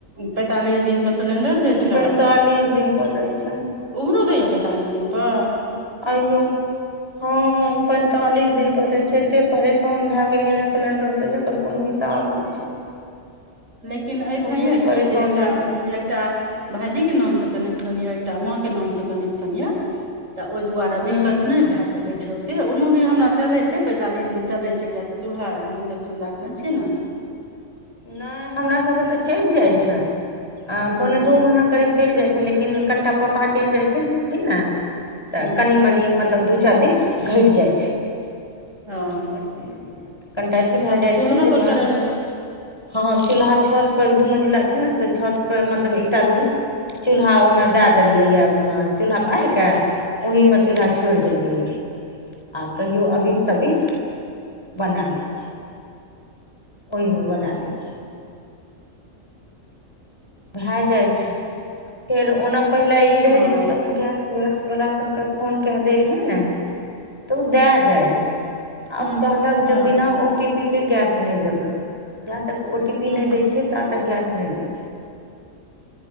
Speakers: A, on the right; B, on the left.
A: पैंतालिस दिन पर सिलेंडर दै छै
B: पैंतालिस दिन प दै छै
A: उम्हरो दैये पैंतालिस दिन पर
B: आ यो हँ पैंतालिस दिन पर दैय छै एते परेशान भए गेलियै न सिलेंडर से ओकर कोनो हिसाब नहि छै
A: लेकिन एहिठाम
B: बहुत
A: यए की
B: परेशान
A: जे एकटा
B: भए गेलै
A: एकटा भाइजीके नामसँ कनेक्शन यए एकटा माँके नामसँ कनेक्शन यए तऽ ओहि दुआरे
B: हूँ
A: दिक्कत नहि भए सकै छै त ओनो भी हमरा चलै छै पैंतालिस दिन चलै छै किएक तऽ चूल्हा इन्डक्शन राखने छियै न
B: नहि हमरा सबके तऽ चलि जाय छै
A: हँ
B: पोने दू महीना करीब चलि जाय छै लेकिन कनिटा पप्पा चलि जायछथिन न तऽ
A: हूँ
B: कनि मनि मतलब दू चारि दिन घटि जाय छै
A: ओ
B: कनिटा अथी भए
A: तब तऽ
B: जाइ
A: चूल्हापर
B: छै न जे म
A: करै हेबै
B: हँ चूलहा छत पर एक दू मंजिल छै ने तऽ छत पर मतलब एकटा रूम चूलहा मे दय देलिये या चूल्हा पारि के ओहि में चूल्हा छोड़ि देलियै य आ कहियो अबित सबित बना लै छियै ओहिमे बना लै छी भए जाइ छै आ फेर ओना पहिले ई रहै
A: ओ
B: जेबै सब गैस वैस वाला सबके फोन क‌ए दय रहियै न तऽ ओ दए जाय रहे आब
A: हँ
B: कहलक
A: हँ
B: जे बिना ओ टी पी के गैस नहि देबै जा तक ओ टी पी
A: हँ
B: नहि दै छियै ता तक गैस नहि दैत छै